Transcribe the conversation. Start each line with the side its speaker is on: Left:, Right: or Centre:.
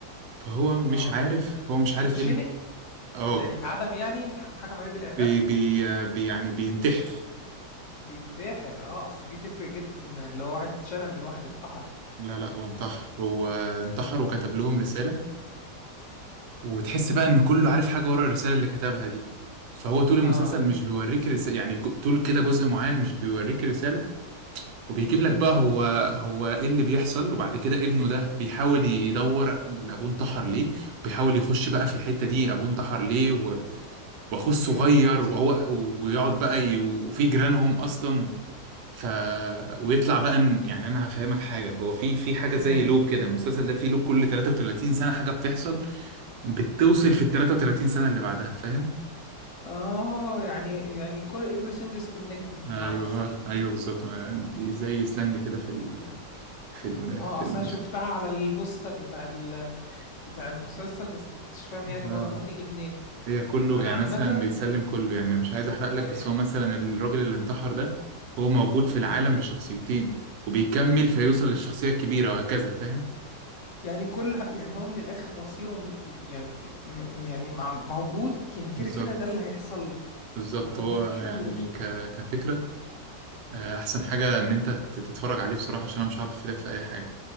Right: فهو مش
Left: اه
Right: عارف هو مش
Left: بيتشنق
Right: عارف إيه ال- اه
Left: يعني اتعدم يعني هيتحكم عليه بالإعدام
Right: بي بي بي- يعني بينتحر
Left: بينتحر اه اصل دي تفرق جدا من لو واحد اتشنم من واحد انتحر
Right: لا لا هو انتحر هو انتحر
Left: امم
Right: وكتب لهم رسالة وتحس بقى إن كله عارف حاجة ورا الرسالة اللي كتبها دي فهو طول المسلسل
Left: اه
Right: مش بيوريك رسالة يعني جو- طول كده جزء معين مش بيوريك رسالة وبيجيب لك بقى هو هو ايه اللي بيحصل وبعد كده ابنه ده بيحاول يدور ابوه انتحر ليه بيحاول يخش بقى في الحتة دي ابوه انتحر ليه و- واخوه الصغير
Left: فهمت
Right: وهو- ويقعد بقى ي- وفي جيرانهم اصلا و... ف ويطلع بقى ان يعني انا هفهمك حاجة هو في في حاجة
Left: امم
Right: زي لوب كده المسلسل ده فيه لوب كل 33 سنة حاجة بتحصل بتوصل في ال 33 سنة اللي بعدها فاهم
Left: اه يعني يعني كل everything is connected بمعنى
Right: ايوه
Left: صح
Right: ايوه بالظبط ما- دي زي سلانج كده في ال... في الم...
Left: اه
Right: في
Left: اصل
Right: المسلسل
Left: أنا شفتها على البوستر بتاع ال... بتاع المسلسل بس ما كنتش فاهم يعني
Right: آه.
Left: برضه هتيجي منين
Right: هي كله
Left: انا
Right: يعني
Left: عامة
Right: مثلا بيسلم كله يعني مش عايز احرق لك
Left: ايوه
Right: بس هو مثلا الراجل اللي انتحر ده هو موجود في العالم
Left: امم
Right: بشخصيتين وبيكمل فيوصل للشخصية الكبيرة وهكذا فاهم
Left: يعني كل يعني هو من الاخر مصيره م... م- يعني م... يعني مع... موجود يعني كده
Right: بالظبط
Left: كده ده اللي هيحصل له
Right: بالظبط
Left: ما هو
Right: هو
Left: مفيش
Right: يعني
Left: في ايده
Right: ك... كفكرة آه، احسن حاجة ان انت تت- تتفرج عليه بصراحة عشان انا مش عارف افيدك في اي حاجة